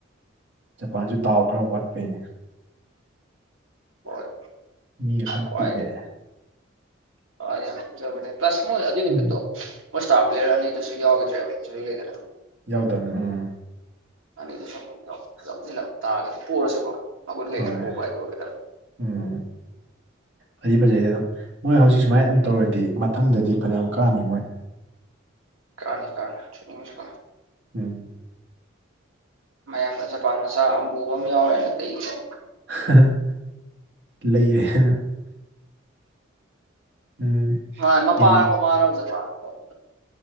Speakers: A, on the right; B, on the right.
A: ꯖꯄꯥꯟꯁꯨ ꯗꯥꯎ ꯈꯔ ꯋꯥꯠꯄꯩꯅꯦ
B: ꯍꯣꯏ
A: ꯃꯤ ꯈꯔ
B: ꯀ꯭ꯋꯥꯏꯗꯒꯤ
A: ꯄꯤꯛꯑꯦ
B: ꯑ ꯌꯥꯝꯅ ꯐꯖꯕꯅꯦ ꯄ꯭ꯂꯁ ꯃꯣꯏ ꯑꯗꯨꯏ ꯅꯨꯃꯤꯠꯇꯣ
A: ꯎꯝ
B: ꯃꯣꯏ ꯏꯁꯇꯥꯔ ꯄ꯭ꯂꯦꯌꯔ ꯑꯅꯤꯗꯨꯁꯨ ꯌꯥꯎꯈꯤꯗ꯭ꯔꯦꯕ ꯏꯟꯖꯨꯔꯤ ꯂꯩꯗꯅ
A: ꯌꯥꯎꯗꯕꯅꯦ ꯎꯝ
B: ꯑꯅꯤꯗꯨꯁꯨ ꯑꯃꯨꯛ ꯂꯧꯁꯤꯜ ꯑꯃ ꯇꯥꯔꯒꯗꯤ ꯄꯔꯁꯨꯀꯣ ꯃꯒꯨꯟ ꯂꯩꯅ
A: ꯍꯣꯏ
B: ꯄꯣꯕ ꯍꯥꯏꯗꯣ ꯑꯣꯏꯒꯗꯝꯅꯤ
A: ꯎꯝ ꯐꯗꯤ ꯐꯖꯩꯗ ꯑꯗꯨꯝ ꯃꯣꯏ ꯍꯧꯖꯤꯛ ꯁꯨꯃꯥꯏ ꯑꯗꯨꯝ ꯇꯧꯔꯗꯤ ꯃꯊꯪꯗꯗꯤ ꯐꯅꯌꯥꯝ ꯀꯥꯅꯤ ꯃꯣꯏ
B: ꯀꯥꯅꯤ ꯀꯥꯅꯤ ꯊꯤꯅꯤꯡꯖ‌ꯦꯀꯣ
A: ꯎꯝ
B: ꯃꯌꯥꯝꯅ ꯖꯄꯥꯟ ꯃꯆꯥ ꯑꯃꯨꯕꯝ ꯌꯥꯎꯔꯦꯅ ꯀꯩꯒꯤꯅꯣ
A: ꯍꯥꯍꯥ ꯂꯩꯔꯦꯍꯅ ꯎꯝ
B: ꯃꯥ ꯃꯄꯥꯔ
A: ꯑꯦꯅꯤ
B: ꯃꯃꯥꯔ ꯑꯃ ꯖꯄꯥꯟ ꯑꯣꯏꯕꯅꯤ